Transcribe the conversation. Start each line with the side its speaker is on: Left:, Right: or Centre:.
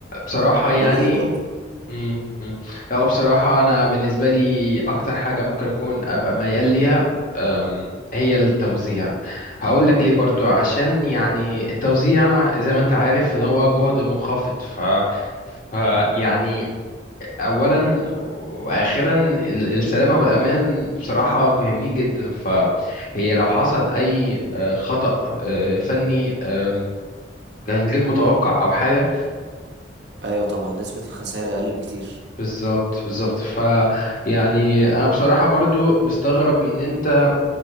Left: بصراحة يعني
Right: وليه برضو
Left: امم امم هو بصراحة أنا بالنسبة لي أكتر حاجة ممكن أكون أبقى ميال ليها أم، هي التوزيع هقول لك ليه برضو عشان يعني التوزيع زي ما أنت عارف إن هو جهد منخفض ف ف- يعني أولا وأخيرا ال- السلامة والأمان بصراحة مهمين جدا فهي لو حصل أي آه، خطأ آه، فني آم، كان غير متوقع أو حاجة
Right: ايوه طبعا نسبة الخسائر اقل بكتير
Left: بالظبط بالظبط ف يعني انا بصراحة برضو مستغرب مننا